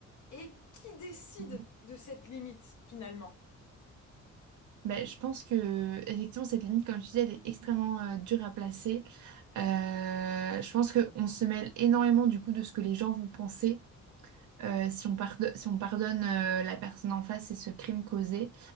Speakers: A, on the left; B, on the right.
A: et qui décide
B: mm, mhm.
A: de cette limite, finalement?
B: Ben, je pense que effectivement cette limite, comme je disais, elle est extrêmement euh, dure à placer. Euh, je pense qu'on se mêle énormément du coup de ce que les gens vont penser euh, si on pardonne, si on pardonne euh, la personne en face et ce crime causé.